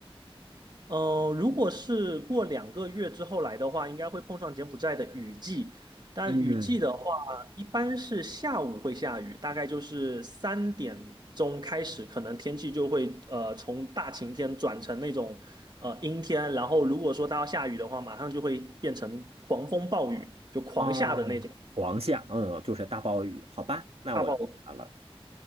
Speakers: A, on the right; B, on the right.
A: 呃，如果是过两个月之后来的话，应该会碰上柬埔寨的雨季。但雨季的话，
B: 嗯，
A: 一般是下午会下雨，大概就是三点钟开始，可能天气就会呃从大晴天转成那种呃阴天。然后如果说它要下雨的话，马上就会变成狂风暴雨，就狂下的那种
B: 哦，黄下，嗯，就是大暴雨，好吧，那我知道了。
A: 大暴雨。